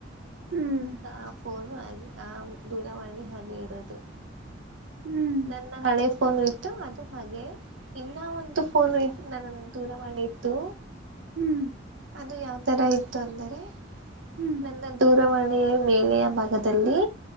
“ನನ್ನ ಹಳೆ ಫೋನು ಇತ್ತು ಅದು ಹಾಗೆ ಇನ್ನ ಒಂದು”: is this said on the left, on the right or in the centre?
Right